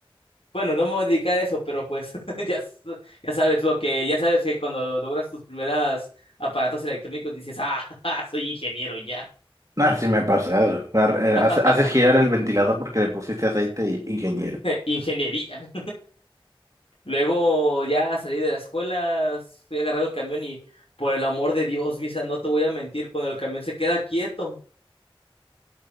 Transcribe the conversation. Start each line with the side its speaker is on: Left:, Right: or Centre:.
Left: Bueno, no me voy a dedicar a eso, pero pues <laughs> ya, s- ya sabes lo que, ya sabes que cuando logras tus primeras aparatos electrónicos dices, ah, <laughs> soy ingeniero ya.
Right: Ah, sí me ha pasado. Ar- eh,
Left: <laughs>
Right: hace- Haces girar el ventilador porque le pusiste aceite, ingeniero.
Left: Ingeniería. Luego ya salí de la escuela, fui a agarrar el camión y por el amor de Dios, Misa, no te voy a mentir, cuando el camión se queda quieto.